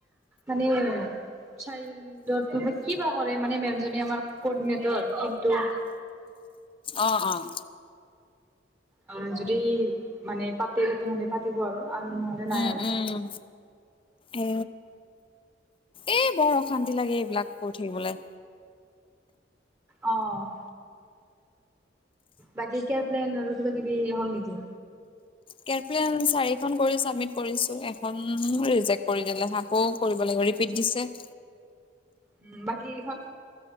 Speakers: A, on the right (about 15°); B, on the left (about 30°).
A: মানে চাইল্ডৰ কিবা কৰে মানে মে'ম আমাৰ ক'ডিনেটৰ। কিন্তু
B: অ', অ'।
A: আহ যদি মানে পাতে তেহেঁতে পাতিব আৰু। আৰু নহ'লে নাই
B: উম,
A: আৰু।
B: উম, এ এই বৰ অশান্তি লাগে এইবিলাক কৰি থাকিবলৈ।
A: অ'। বাকী কেয়াৰ প্লেন আৰু কিবা কিবি হ'ল নেকি?
B: কেয়াৰ প্লেন চাৰিখন কৰি চাবমিট কৰিছো। এখন ৰিজেক কৰি দিলে আকৌ কৰিব লাগিব ৰিপিট দিছে। <inaudible>
A: উম, বাকী ইহঁত